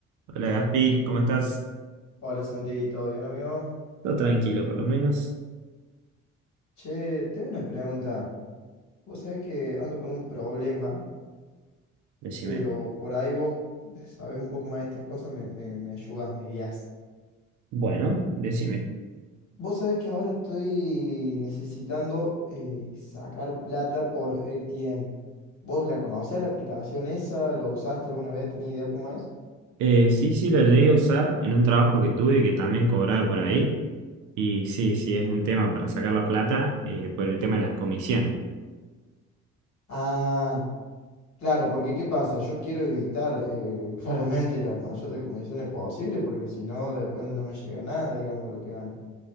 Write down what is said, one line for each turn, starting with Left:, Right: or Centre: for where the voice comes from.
Right: Hola Gaspi, ¿cómo estás?
Left: Hola Santi, ¿todo bien amigo?
Right: Todo tranquilo, por lo menos.
Left: Che, tengo una pregunta. Vos sabés que ando con un problema,
Right: Decime.
Left: pero por ahí vos sabés un poco más de estas cosas, me, me, me ayudás, me guías.
Right: Bueno, decime.
Left: Vos sabés que ahora estoy necesitando eh, sacar plata por A T M? ¿Vos la conocés la aplicación esa? ¿Lo usaste alguna vez? ¿Tenés idea cómo es?
Right: Eh, sí, sí, lo llegué a usar en un trabajo que tuve que también cobraba por ahí. Y sí, sí, es un tema para sacar la plata eh, por el tema de las comisiones.
Left: Ah, claro, porque ¿qué pasa? Yo quiero evitar eh, <laughs> claramente la mayor de comisiones posible, porque si no, después no me llega nada, digamos, de lo que gano.